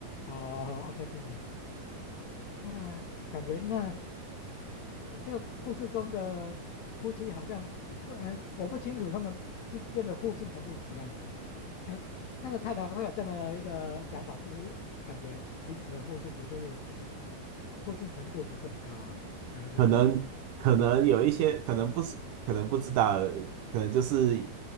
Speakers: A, on the left; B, on the right.
A: 哦，OK，金人，那感觉那呃这个故事中的夫妻好像不，哎，我不清楚他们之间的互信程度是怎么样子，哎，那个太太会有这样的一个想法，是不是感觉彼此的互信不是？互信程度不是很高啊，才会这样子。
B: 可能可能有一些，可能不是，可能不知道，可能就是